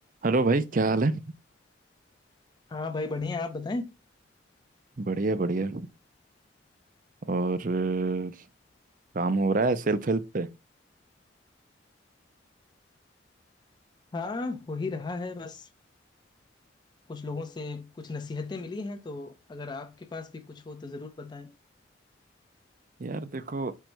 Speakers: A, on the right (about 45°); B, on the left (about 25°).
A: हेलो भाई क्या हाल है
B: हाँ भाई बढ़िया आप बताएं
A: बढ़िया बढ़िया और अ, काम हो रहा है सेल्फ हेल्प पे
B: हाँ हो ही रहा है बस कुछ लोगों से कुछ नसीहतें मिली हैं तो अगर आपके पास भी कुछ हो तो जरूर बताएं
A: यार देखो